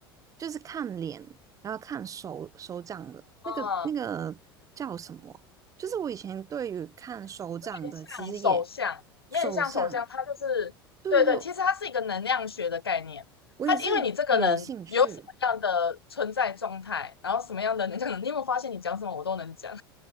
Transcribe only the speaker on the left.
啊。面向手相，
面向手相，
它就是对对，
其实它是一个能量学的概念。
它因为你这个人有什么样的存在状态，然后什么样的能量，<laughs> 你有没有发现你讲什么我都能讲？